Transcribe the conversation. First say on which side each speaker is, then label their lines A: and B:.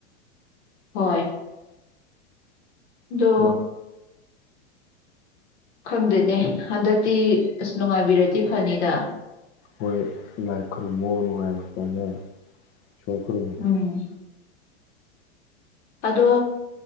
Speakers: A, on the left; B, on the left.
A: ꯍꯣꯏ ꯗꯣ
B: ꯃꯥ
A: ꯈꯪꯗꯦꯅꯦ ꯍꯟꯗꯛꯇꯤ ꯑꯁ ꯅꯨꯡꯉꯥꯏꯕꯤꯔꯗꯤ ꯐꯅꯤꯗ
B: ꯍꯣꯏ ꯂꯥꯏ ꯈꯨꯔꯨꯝꯕꯑꯣ ꯅꯨꯡꯉꯥꯏꯔꯛꯄꯅꯦ ꯏꯁꯣꯔ ꯈ꯭ꯨꯔꯝꯃꯣ꯫
A: ꯎꯝ ꯑꯗꯣ